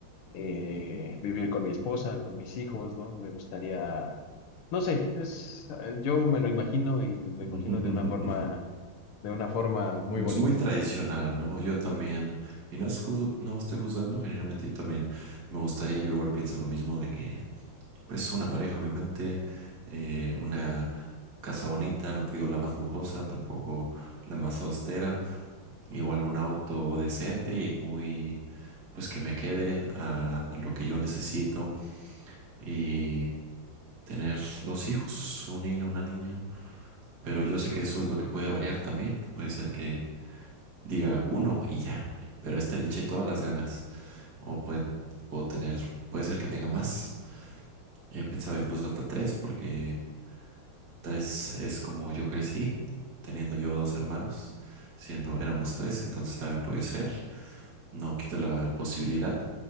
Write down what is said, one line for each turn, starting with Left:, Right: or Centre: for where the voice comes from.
Left: eh, vivir con mi esposa, con mis hijos, ¿no? Me gustaría, no sé, es, ah, yo me lo imagino y lo
Right: <laughs>
Left: imagino de una forma, de una forma muy bonita.
Right: Es muy tradicional, ¿no? Yo también, y no es juz- no estoy juzgando, generalmente yo también me gustaría, yo igual pienso lo mismo de que Pues una pareja, obviamente, eh, una casa bonita, no te digo la más lujosa, tampoco la más austera, igual un auto decente y muy, pues que me quede a, lo que yo necesito y tener dos hijos, un niño, una niña, pero yo sé que eso es lo que puede variar también, puede ser que diga uno y ya, pero a este le eché todas las ganas, o puede, puedo tener, puede ser que tenga más, he pensado incluso hasta tres porque... Tres es como yo crecí, teniendo yo dos hermanos, siendo éramos tres, entonces también puede ser. No quito la posibilidad,